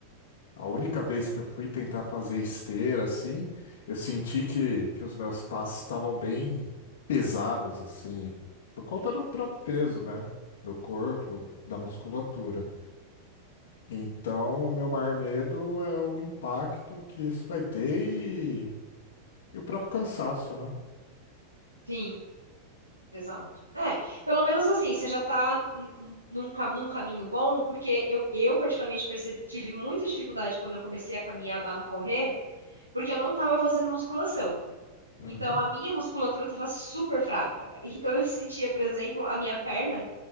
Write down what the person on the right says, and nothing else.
Sim, exato. É, pelo menos assim, você já tá num, num ca- num caminho bom, porque eu, eu particularmente percebi, tive muita dificuldade quando eu comecei a caminhar barra correr, porque eu não estava fazendo musculação.
Então, a minha musculatura estava super fraca. <laughs> Então, eu sentia, por exemplo, a minha perna.